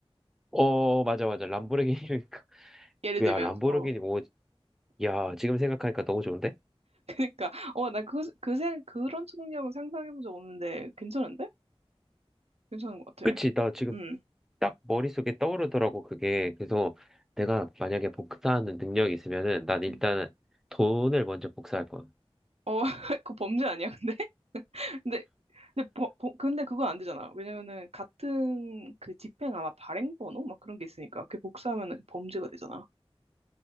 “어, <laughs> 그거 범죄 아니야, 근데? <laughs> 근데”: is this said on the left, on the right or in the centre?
Right